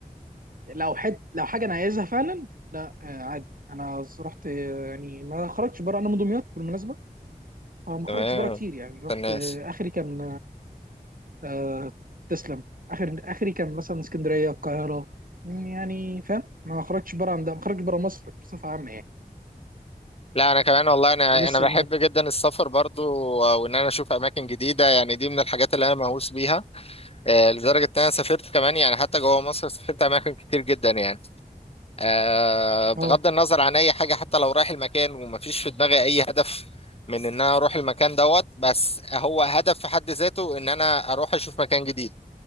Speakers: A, on the right; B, on the left.
A: لو حد لو حاجه انا عايزها فعلا لا آه، عادي انا رحت آه، يعني ما خرجتش بره انا من دمياط بالمناسبه فما
B: تمام
A: خرجتش بره كتير يعني رحت
B: الناس
A: آه، اخري كان آه، تسلم اخر اخري كان مثلا اسكندريه القاهره يعني فاهم ما خرجتش بره عن ده ما خرجتش بره مصر بصفه عامه يعني
B: لا انا كمان والله انا
A: ده لسه
B: انا بحب جدا السفر برضو وان انا اشوف اماكن جديده يعني دي من الحاجات اللي انا مهووس بيها آه، لدرجة إن أنا سافرت كمان يعني حتى جوه مصر سافرت أماكن كتير جدا يعني آه، بغض
A: اه
B: النظر عن أي حاجة حتى لو رايح المكان ومفيش في دماغي أي هدف من إن أنا أروح المكان دوت بس هو هدف في حد ذاته إن أنا أروح أشوف مكان جديد